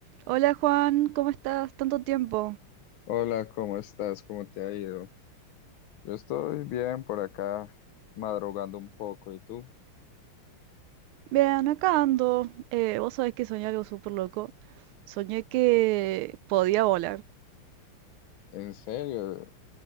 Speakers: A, on the right; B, on the left.
A: Hola Juan, ¿cómo estás? Tanto tiempo.
B: Hola, ¿cómo estás? ¿Cómo te ha ido? Yo estoy bien por acá, madrugando un poco. ¿Y tú?
A: Bien, acá ando. Eh, vos sabés que soñé algo súper loco. Soñé que podía volar.
B: ¿En serio?